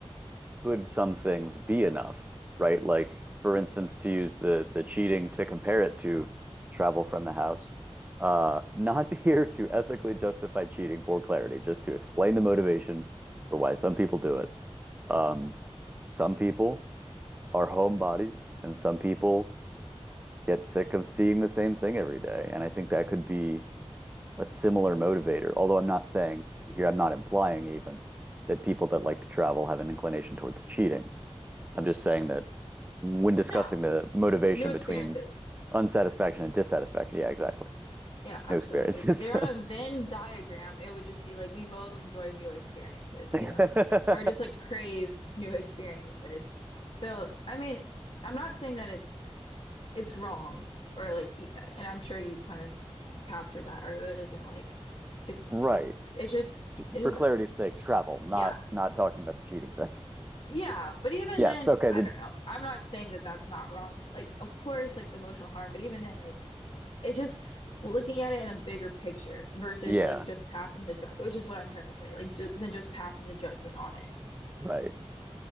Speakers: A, on the right; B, on the left.
A: could some things be enough, right? Like, for instance, to use the the cheating to compare it to travel from the house. Uh, not <laughs> here to ethically justify cheating for clarity, just to explain the motivation for why some people do it. Um, some people are homebodies, and some people get sick of seeing the same thing every day. And I think that could be a similar motivator. Although I'm not saying here, I'm not implying even that people that like to travel have an inclination towards cheating. I'm just saying that when discussing
B: no
A: the motivation
B: new experiences
A: between unsatisfaction and dissatisfaction, yeah, exactly.
B: Yeah, absolutely.
A: New experiences.
B: Like if they're on a Venn diagram, it would just be like we both enjoy new experiences,
A: <laughs>
B: you know what I mean? Or just like crave new experiences. So, I mean, I'm not saying that it's it's wrong or like y- and I'm sure you kind of captured that or it isn't like it's
A: right.
B: it's it's just it's
A: For
B: just
A: clarity's sake, travel, not
B: yeah.
A: not talking about the cheating thing.
B: Yeah, but even
A: Yes,
B: then,
A: okay,
B: I
A: the
B: don't know. I'm not saying that that's not wrong. Like of course like the emotional harm, but even then like it's just looking at it in a bigger picture versus
A: yeah,
B: like just passing the judge, which is what I'm trying to say. Like just than just passing the judgment on it.
A: right.